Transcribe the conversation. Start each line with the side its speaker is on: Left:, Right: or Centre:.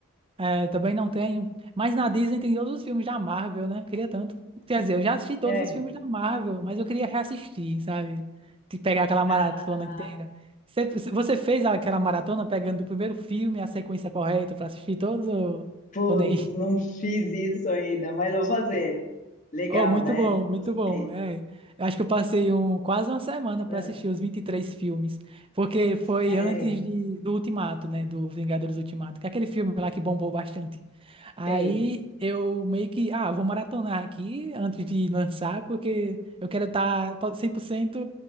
Right: é, também não tenho. Mas na Disney tem todos os filmes da Marvel, né? Eu queria tanto. Quer dizer, eu já assisti todos
Left: é.
Right: os filmes da Marvel, mas eu queria reassistir, sabe? De pegar aquela
Left: Ah,
Right: maratona inteira. Você, você fez aquela maratona pegando o primeiro filme, a sequência correta pra assistir todos ou,
Left: Putz,
Right: ou nem?
Left: não fiz isso ainda, mas vou fazer. Legal,
Right: Oh, muito
Left: né?
Right: bom, muito
Left: Gostei.
Right: bom. É, eu acho que eu passei um, quase uma semana para
Left: Ah,
Right: assistir os 23 filmes, porque foi
Left: sério?
Right: antes de, do Ultimato, né, do Vingadores Ultimato, que é aquele filme lá que bombou bastante. Aí
Left: Sei.
Right: eu meio que, ah, vou maratonar aqui antes de lançar, porque eu quero estar 100%